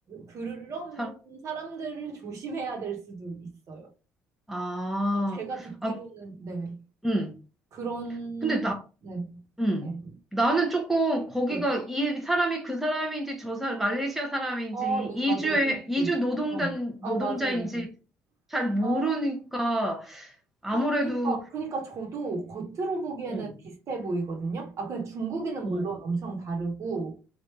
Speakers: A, on the right; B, in the centre.
A: 그런
B: 사,
A: 사람들을 <laughs> 조심해야 될 수도 있어요.
B: 아,
A: 어, 제가 듣기로는
B: 아,
A: 네
B: 음.
A: 그런
B: 근데
A: 네,
B: 음.
A: 네,
B: 나는 조금 거기가
A: 네.
B: 이 사람이 그 사람인지 저 사람, 말레이시아 사람인지
A: 어, 네
B: 이주에
A: 맞아요. 그런 수도
B: 이주
A: 있어요.
B: 노동단
A: 어,
B: 노동자인지
A: 어 맞아요, 맞아요.
B: 잘 모르니까
A: 어,
B: 아무래도
A: 아, 그러니까, 그러니까 저도 겉으로 보기에는
B: 음,
A: 비슷해 보이거든요. 아, 근데 중국인은
B: 음.
A: 물론 엄청 다르고